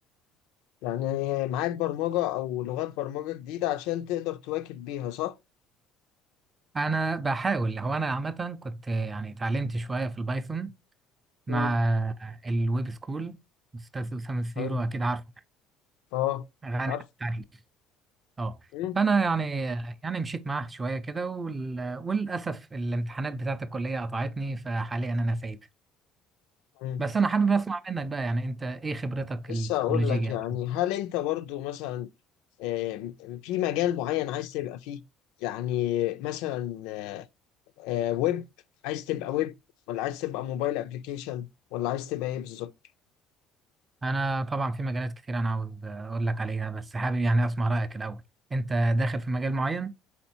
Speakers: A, on the left; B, on the right.
A: يعني معاك برمجه او لغات برمجه جديده عشان تقدر تواكب بيها صح؟
B: انا بحاول هو انا عامه كنت يعني اتعلمت شويه في البايثون مع
A: مم.
B: الويب سكول استاذ اسامه سيرو
A: حلو
B: اكيد عارفه
A: اه
B: غني عن
A: عارف
B: التعريف اه
A: مم.
B: فانا يعني يعني مشيت معاه شويه كده وال... وللاسف الامتحانات بتاعت الكليه قطعتني فحاليا انا سايب
A: مم.
B: بس انا حابب اسمع منك بقى يعني انت ايه خبرتك
A: لسه
B: التكنولوجيه
A: اقول لك يعني
B: او كده
A: هل انت برضو مثلا آه، في مجال معين عايز تبقى فيه يعني مثلا آه، ويب عايز تبقى ويب ولا عايز تبقى موبايل ابلكيشن ولا عايز تبقى ايه بالظبط
B: انا طبعا في مجالات كتير انا عاوز اقول لك عليها بس حابب يعني اسمع رايك الاول انت داخل في مجال معين